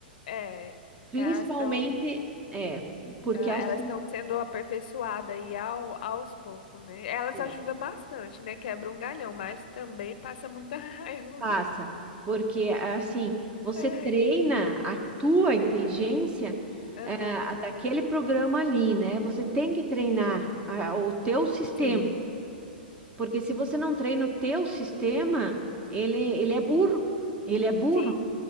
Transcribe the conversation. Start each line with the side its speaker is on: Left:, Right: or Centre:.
Left: É.
Right: Principalmente,
Left: Elas estão,
Right: é, porque
Left: elas
Right: assim,
Left: estão sendo aperfeiçoadas aí ao, aos poucos, né? Elas
Right: é,
Left: ajudam bastante, né? Quebra um galhão, mas também passa muita <laughs> raiva.
Right: passa, porque assim, você
Left: Ai,
Right: treina
Left: menino.
Right: a tua inteligência
Left: Aham.
Right: é, a daquele programa ali, né? Você tem que treinar a- o teu sistema,
Left: Sim.
Right: porque se você não treina o teu sistema, ele, ele
Left: Aham.
Right: é burro, ele é burro.
Left: Sim.